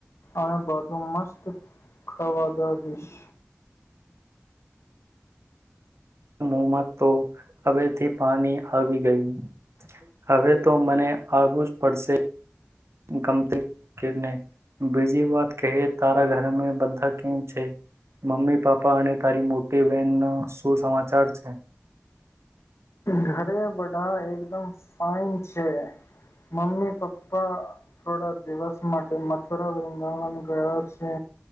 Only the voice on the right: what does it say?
આ મોમાં તો હવેથી પાણી આવી ગયું હવે તો મને આવુઝ પડશે ગમતી કે ન બીજી વાત કહે તારા ઘરમે બધા કેમ છે મમ્મી પાપા અને તારી મોટી બહેનના શું સમાચાર છે